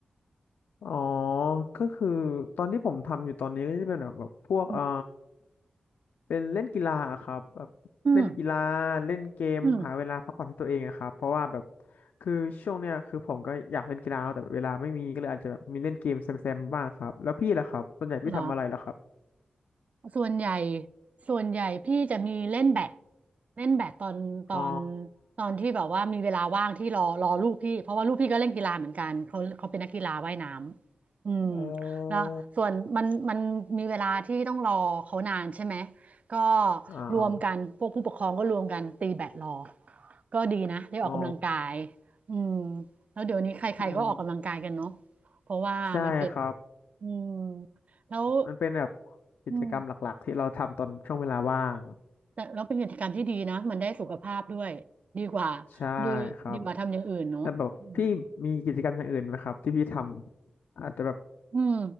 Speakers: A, on the left; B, on the right.
A: อ๋อ ก็คือตอนที่ผมทำอยู่ตอนนี้ก็จะเป็นแบบแบบพวกเอ่อ
B: อืม
A: เป็นเล่นกีฬาอะครับแบบเล่นกีฬา
B: อืม
A: เล่นเกมหาเวลาพักผ่อนให้ตัวเองอะครับเพราะว่าแบบ
B: อืม
A: คือช่วงเนี้ยคือผมก็อยากเล่นกีฬาแต่เวลาไม่มีก็เลยอาจจะแบบมีเล่นเกมแซมๆบ้างครับแล้วพี่ล่ะครับส่วนใหญ่พี่ทำอะไรล่ะครับ
B: เหรอ ส่วนใหญ่ส่วนใหญ่พี่จะมีเล่นแบดเล่นแบดตอนตอน
A: อ๋อ
B: ตอนที่แบบว่ามีเวลาว่างที่รอรอลูกพี่เพราะว่าลูกพี่ก็เล่นกีฬาเหมือนกันเขาเขาเป็นนักกีฬาว่ายน้ำอืม
A: อ
B: แล้วส่วนมันมันมีเวลาที่ต้องรอเขานานใช่ไหมก็
A: อ๋ออ๋อ
B: รวมกันพวกผู้ปกครองก็รวมกันตีแบดรอก็ดีนะได้ออกกำลังกาย
A: อ๋อ
B: อืมแล้วเดี๋ยวนี้ใครๆก็ออกกำลังกายกันเนาะ
A: อืม
B: เพราะว่ามันเป็น
A: ใช่ครับ
B: อืมแล้ว
A: มันเป็นแบบกิจกรรมหลักๆที่เราทำตอนช่วงเวลาว่าง
B: อืม แต่แล้วเป็นกิจกรรมที่ดีนะมันได้สุขภาพด้วยดีกว่า
A: ใช่
B: ดีดีกว่าทำอย่างอื่นเนาะอืม
A: ครับแล้วแบบพี่มีกิจกรรมอย่างอื่นไหมครับที่พี่ทำอาจจะแบบ
B: อืม